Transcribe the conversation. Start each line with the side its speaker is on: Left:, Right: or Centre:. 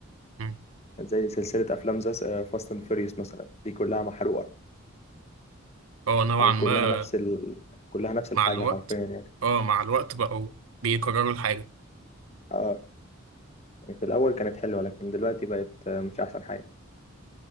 Right: مم.
Left: زي سلسله افلام زي فاست اند فيريوس مثلا دي كلها محروقه
Right: هو نوعا
Left: او
Right: ما
Left: كلها نفس ال... كلها نفس
Right: مع
Left: الحاجه
Right: الوقت
Left: حرفيا يعني
Right: اه مع الوقت بقوا بيكرروا الحاجة
Left: اه يعني في الاول كانت حلوه لكن دلوقتي بقت آه، مش احسن حاجه